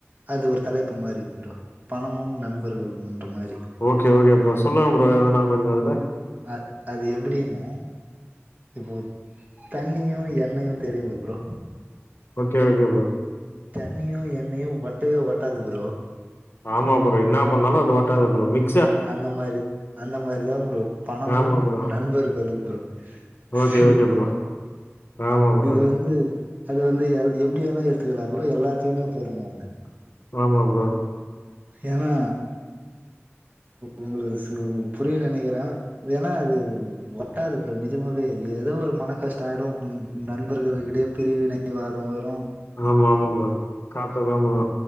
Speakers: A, on the right; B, on the left.
A: அது ஒரு தலைப்பு மாரி ப்ரோ பணமும் நண்பர்களும்ன்ற மாரி
B: ஓகே ஓகே ப்ரோ சொல்லுங்க ப்ரோ எதுன கொஞ்சோ அதுல
A: ஆ அது எப்பிடின்னா இப்போ தண்ணியு எண்ணெயு தெரியுல்ல ப்ரோ
B: ஓகே ஓகே ப்ரோ
A: தண்ணியு எண்ணெயு ஒட்டவே ஒட்டாது ப்ரோ
B: ஆமா ப்ரோ என்னா பண்ணாலு அது ஓட்டாது ப்ரோ மிக்
A: அந்த மாரி அந்த மாரிதா ப்ரோ பணமும்
B: ஆமா ப்ரோ
A: நண்பர்களும் ப்ரோ
B: ஓகே
A: சரிங்களா
B: ஓகே ப்ரோ ஆமா ப்ரோ
A: இது வந்து அது வந்து எல் எப்டி வேணா எடுத்துக்கலா ப்ரோ எல்லாத்துக்குமே பொருந்து அது
B: ஆமா ப்ரோ
A: ஏனா உங்களுக்கு புரியு நெனைக்கிறே ஏனா அது ஒட்டாது ப்ரோ நெஜமாவே ஏதோ ஒரு மன கஷ்டோ ஆயிடு ம் நண்பர்களுக்கிடையே பிரிவினைவாதம் வரும்
B: ஆமா ஆமா ப்ரோ கரெக்டு தா ப்ரோ